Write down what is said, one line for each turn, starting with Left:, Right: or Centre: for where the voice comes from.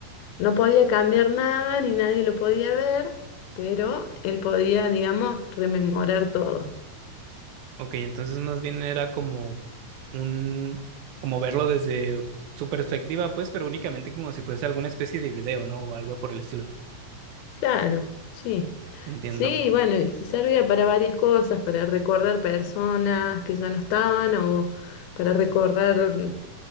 Left: No podía cambiar nada ni nadie lo podía ver, pero él podía, digamos, rememorar todo.
Right: ok, entonces más bien era como un, como verlo desde su perspectiva, pues, pero únicamente como si fuese alguna especie de video, ¿no? O algo por el estilo.
Left: Claro, sí.
Right: Entiendo.
Left: Sí, bueno, y servía para varias cosas, para recordar personas que ya no estaban o para recordar mm,